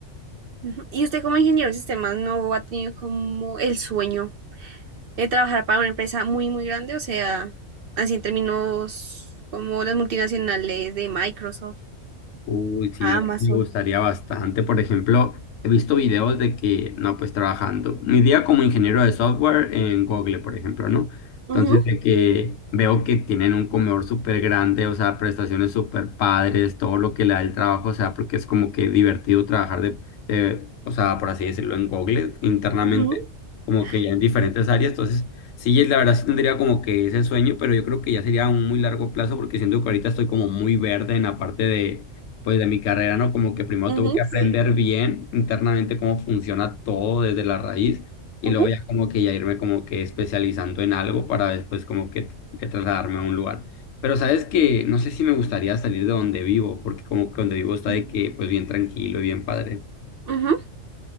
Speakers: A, on the right; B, on the left.
A: ujú. ¿Y usted como ingeniero de sistemas no ha tenido como el sueño de trabajar para una empresa muy, muy grande? O sea, así en términos como las multinacionales de Microsoft,
B: Uy, sí,
A: Amazon.
B: la verdad me gustaría bastante. Por ejemplo, he visto videos de que, no, pues trabajando, mi día como ingeniero de software en Google, por ejemplo, ¿no? Entonces,
A: Ujú,
B: de que veo que tienen un comedor súper grande, o sea, prestaciones súper padres, todo lo que le da el trabajo, o sea, porque es como que divertido trabajar de, de, o sea, por así decirlo, en Google internamente,
A: ujú,
B: como que ya en diferentes
A: Sí.
B: áreas. Entonces, sí, la verdad sí tendría como que ese sueño, pero yo creo que ya sería a un muy largo plazo porque siento que ahorita estoy como muy verde en la parte de pues de mi carrera, ¿no? Como que primero
A: ujú,
B: tengo que aprender
A: sí.
B: bien internamente cómo funciona todo desde la raíz y
A: ujú,
B: luego ya como que ya irme como que especializando en algo para después como que, que trasladarme a un lugar. Pero sabes que no sé si me gustaría salir de donde vivo, porque como que donde vivo está
A: ujú,
B: de que pues bien tranquilo y bien padre.
A: ujú.